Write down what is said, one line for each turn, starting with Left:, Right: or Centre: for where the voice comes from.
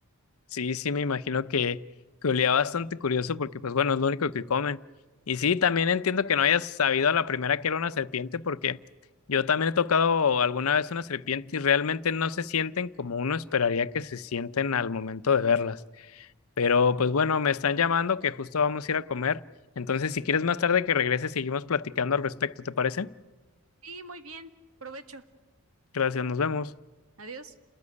Left: Sí, sí, me imagino que, que olía bastante curioso porque pues bueno, es lo único que comen. Y sí, también entiendo que no hayas sabido a la primera que era una serpiente porque yo también he tocado alguna vez una serpiente y realmente no se sienten como uno esperaría que se sienten al momento de verlas. Pero pues bueno, me están llamando que justo vamos a ir a comer. Entonces, si quieres más tarde que regrese, seguimos platicando al respecto, ¿te parece?
Right: Sí, muy bien. Provecho.
Left: Gracias, nos vemos.
Right: Adiós.